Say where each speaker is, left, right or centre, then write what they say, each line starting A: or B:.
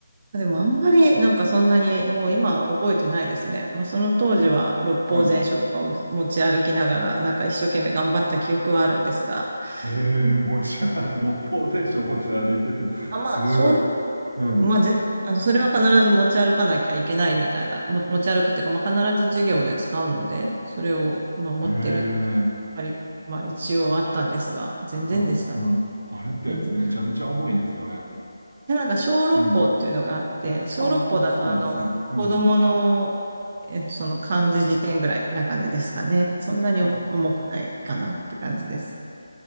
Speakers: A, on the right; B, on the right.
A: でもあんまりなんかそんなにもう今覚えてないですね。まあその当時は六法全書とかを持ち歩きながらなんか一生懸命頑張った記憶はあるんですが、
B: はい。ええ、
A: うん
B: 持ち歩、六法全書持ち歩いてる。
A: あ、まあ小六法、
B: すごい。うん。
A: まあぜ、あのそれは必ず持ち歩かなきゃいけないみたいな、も持ち歩くっていうか、まあ必ず授業で使うので、それをまあ持ってるっていうのがやっぱり、
B: ええ、
A: まあ一応あったんですが、全然でしたね。
B: あ、うん。あれってめちゃめちゃ重いですよね。
A: 全然。で、なんか小六法っていうのがあって、
B: うん。
A: 小六法だとあの、
B: ああ、そうなんですね。うん。
A: 子供の、えっと、その漢字辞典ぐらいな感じですかね。そんなに重くないかなって感じです。
B: あ、